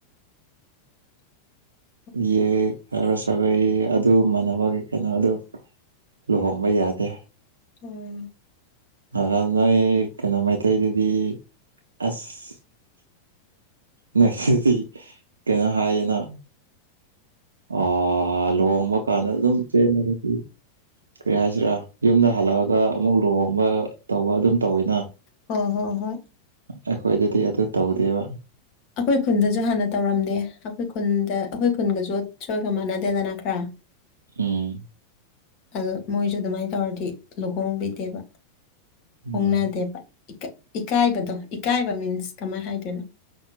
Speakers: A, on the left; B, on the right.
A: <inaudible>
B: ꯌꯦ ꯍꯥꯏꯔ ꯁꯥꯒꯩ ꯑꯗꯨ ꯃꯥꯟꯅꯕꯒꯤ ꯀꯩꯅꯣ ꯑꯗꯨ ꯂꯨꯍꯣꯡꯕ ꯌꯥꯗꯦ
A: ꯎꯝ
B: ꯅꯒꯥ ꯅꯣꯏ ꯀꯩꯅꯣ ꯃꯩꯇꯩꯗꯗꯤ ꯑꯁ ꯅ ꯑꯗꯨꯗꯤ ꯀꯩꯅꯣ ꯍꯥꯏꯌꯦꯅ ꯑ ꯂꯨꯍꯣꯡꯕ ꯀꯥꯟꯗ ꯑꯗꯨꯝ ꯆꯦꯟꯂꯒꯗꯤ ꯀꯔꯤ ꯍꯥꯏꯁꯤꯔꯥ ꯌꯨꯝꯗ ꯍꯟ ꯂꯥꯛ ꯑꯒꯥ ꯑꯃꯨꯛ ꯂꯨꯍꯣꯡꯕ ꯇꯧꯕ ꯑꯗꯨꯝ ꯇꯣꯌꯅꯥ
A: ꯍꯣ ꯍꯣ ꯍꯣꯏ
B: ꯑꯩꯈꯣꯏꯗꯗꯤ ꯑꯗꯨ ꯇꯧꯗꯦꯕ
A: ꯑꯩꯈꯣꯏ ꯈꯨꯟꯗꯁꯨ ꯍꯥꯟꯅ ꯇꯧꯔꯝꯗꯦ ꯑꯩꯈꯣꯏ ꯈꯨꯟꯗ ꯑꯩꯈꯣꯏ ꯈꯨꯟꯒꯁꯨ ꯁꯣꯝꯒ ꯃꯥꯟꯅꯗꯦꯗꯅ ꯈ꯭ꯔ
B: ꯎꯝ
A: ꯑꯗ ꯃꯣꯏꯁꯨ ꯑꯗꯨꯃꯥꯏꯅ ꯇꯧꯔꯗꯤ ꯂꯨꯍꯣꯡꯕꯤꯗꯦꯕ
B: ꯎꯝ
A: ꯍꯣꯡꯅꯗꯦꯕ ꯏꯀꯥꯏ ꯏꯀꯥꯏꯕꯗꯣ ꯏꯀꯥꯏꯕ ꯃꯤꯟꯁ ꯀꯃꯥꯏꯅ ꯍꯥꯏꯗꯣꯏꯅꯣ